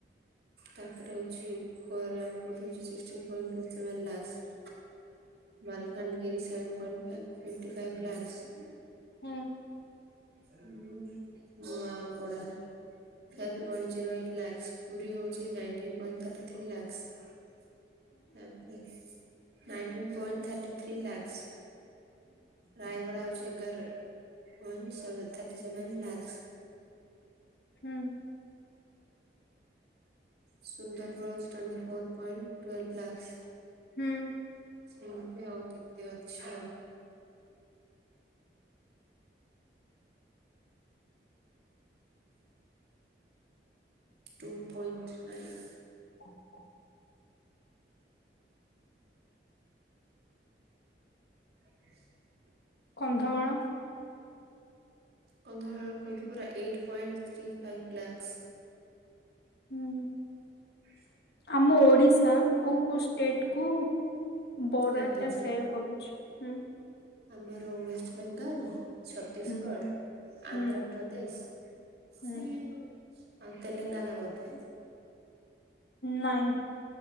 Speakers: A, on the right (about 65°); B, on the left (about 65°).
A: ତାପରେ ହଉଛି କୋରାପୁଟ ହଉଚି sixteen point two seven lakhs. Malkangiri seven point five fifty five lakhs.
B: ହୁଁ।
A: ହ ହଁ Nuapada ten point zero eight lakhs Puri ହଉଛି nineteen point thirty three lakhs. ତାପ nineteen point thirty three lakhs. Rayagada ହଉଚି ଏଗାର ପଏଣ୍ଟ ସେ ଥାର୍ଟି ସେଭେନ୍ ଲାକ୍ସ।
B: ହୁଁ।
A: ସୁନ୍ଦରଗଡ଼ଜ twenty four point twelve lakhs.
B: ହୁଁ।
A: ସେମିତି ଆଉ କେତ ଅଛି ଆଉ ଟୁ ପଏଣ୍ଟ ନାଇନ୍
B: <unintelligible>
A: <unintelligible>
B: କନ୍ଧମାଳ?
A: କନ୍ଧମାଳର କହିଲି ପରା eight point three five lakhs.
B: ହୁଁ।
A: <unintelligible>
B: ଆମ ଓଡ଼ିଶା କେଉଁ କେଉଁ ଷ୍ଟେଟକୁ ବରର
A: ଲାଗିଛି
B: ଟା ସେଟ କରୁଛି ହୁଁ?
A: ଆମର ୱେଷ୍ଟ ବେଙ୍ଗାଲ। ଛତିଶଗଡ଼
B: ହୁଁ ହୁଁ
A: ଆନ୍ଧ୍ରପ୍ରଦେଶ ସେ
B: ହୁଁ
A: ଆଉ ତେଲଙ୍ଗାନା ବୋଧେ?
B: ନାହିଁ।